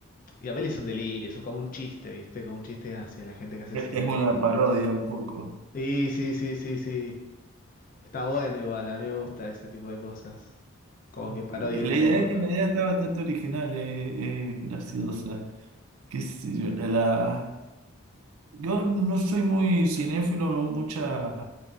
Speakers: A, on the left (about 40°); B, on the right (about 80°).
A: Y la peli es un delirio, es un- como un chiste, ¿viste? Como un chiste hacia la gente que hace
B: es
A: así.
B: una parodia un poco.
A: Sí, sí, sí, sí, sí. Está bueno igual, a mí me gusta ese tipo de cosas. Como que parodian
B: La
A: un
B: idea
A: poco
B: es
A: los...
B: que la idea está bastante original, eh, eh, graciosa. Qué sé yo, la, la- yo no soy muy cinéfilo, no muchas